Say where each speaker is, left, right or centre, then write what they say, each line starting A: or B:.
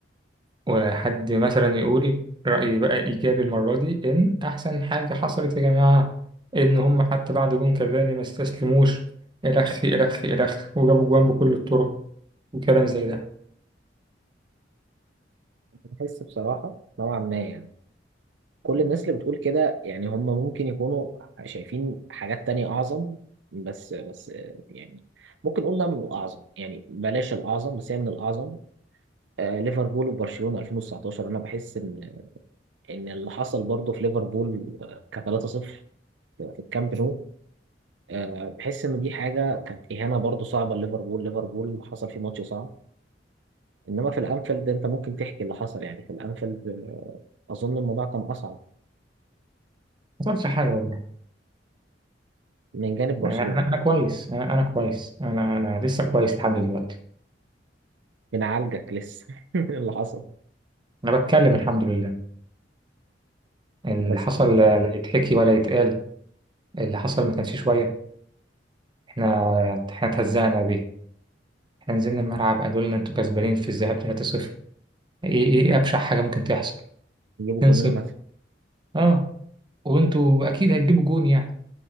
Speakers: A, on the right; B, on the right.
A: وحد مثلا يقول رأيي بقى إيجابي المرة دي إن أحسن حاجة حصلت يا جماعة إن هم حتى بعد جون كافاني ما استسلموش إلخ إلخ إلخ وجابوا جوان بكل الطرق وكلام زي ده
B: بحس بصراحة نوعا ما يعني كل الناس اللي بتقول كده يعني هم ممكن يكونوا شايفين حاجات تانية أعظم بس بس آه، يعني ممكن نقول إنها من الأعظم يعني بلاش الأعظم بس هي من الأعظم آه، ليفربول وبرشلونة 2019 انا بحس ان ان اللي حصل برضه في ليفربول آه، ك 3-0 في الكامب نو آه، بحس ان دي حاجه كانت اهانه برضه صعبه لليفربول ليفربول حصل فيه ماتش صعب انما في الانفيلد انت ممكن تحكي اللي حصل يعني في الانفيلد آه، اظن الموضوع كان اصعب
A: ما حصلش حاجة والله
B: من جانب برشلونة
A: أنا أنا أنا كويس أنا أنا كويس أنا أنا لسه كويس لحد دلوقتي
B: بنعالجك لسه <laughs> اللي حصل
A: أنا بتكلم الحمد لله اللي
B: بس
A: حصل لا لا يتحكي ولا يتقال اللي حصل ما كانش شوية إحنا إحنا اتهزقنا بيه إحنا نزلنا الملعب قالوا لنا أنتوا كسبانين في الذهاب 3-0 إيه إيه أبشع حاجة ممكن تحصل
B: يجيبوا
A: 2
B: جونين
A: 0
B: مثلا
A: اه وانتوا اكيد هتجيبوا جون يعني